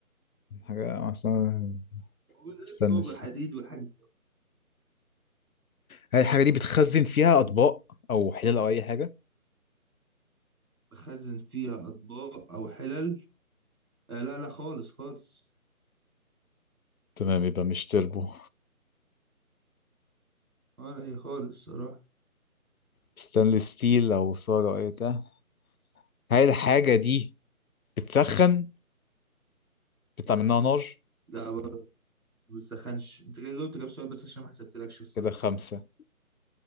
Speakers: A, on the left (about 75°); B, on the right (about 80°).
A: حاجة مصنوعة
B: هو زي
A: ستانلس
B: الصاج والحديد والحاجات دي
A: هل الحاجة دي بتخزن فيها أطباق أو حلال أو أي حاجة
B: بخزن فيها أطباق أو حلل آه لا لا خالص خالص
A: تمام يبقى مش تربو
B: اه لا هي خالص صراحة
A: ستانلس ستيل أو صاج أو أي بتاع هل الحاجة دي بتسخن بيطلع منها نار
B: لا ما بتسخنش انت كده جاوبت كام سؤال بس عشان ما حسبتلكش الصراحة
A: كده خمسة